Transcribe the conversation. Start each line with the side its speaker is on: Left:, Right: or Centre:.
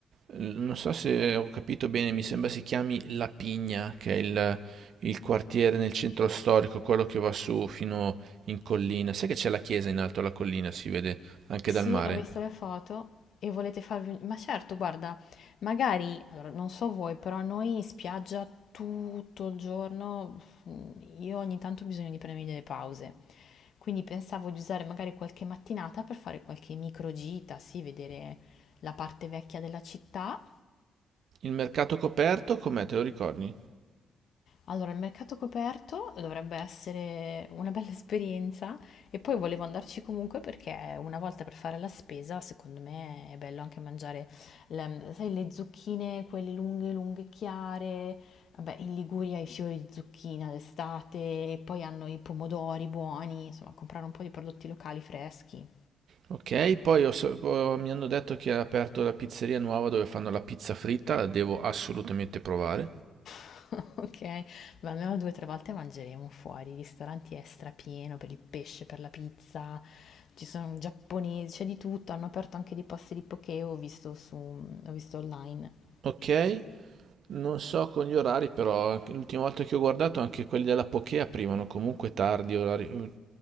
Right: eh, non so se ho capito bene, mi sembra si chiami La Pigna, che è il, il quartiere nel centro storico, quello che va su fino in collina. Sai che c'è la chiesa in alto alla collina, si vede anche
Left: Sì,
Right: dal mare.
Left: ho visto le foto e volete farvi... Ma certo, guarda, magari, allora, non so voi, però noi in spiaggia tutto il giorno, mm, io ogni tanto ho bisogno di prendermi delle pause. Quindi pensavo di usare magari qualche mattinata per fare qualche microgita, sì, vedere la parte vecchia della città
Right: Il mercato coperto, com'è, te lo ricordi?
Left: Allora, il mercato coperto dovrebbe essere una bella esperienza e poi volevo andarci comunque perché una volta per fare la spesa, secondo me è bello anche mangiare, le, sai, le zucchine, quelle lunghe, lunghe, chiare. Vabbè, in Liguria i fiori di zucchina d'estate e poi hanno i pomodori buoni, insomma, comprare un po' di prodotti locali freschi.
Right: Ok, poi ho so- ho- mi hanno detto che ha aperto la pizzeria nuova dove fanno la pizza fritta, la devo assolutamente provare.
Left: <laughs> Okay, ma almeno 2, 3 volte mangeremo fuori, i ristoranti è strapieno per il pesce, per la pizza, ci sono giapponesi, c'è di tutto, hanno aperto anche dei posti di poké, ho visto su ho visto online.
Right: Ok, Non so con gli orari, però anche- l'ultima volta che ho guardato anche quelli della Poké aprivano comunque tardi orari.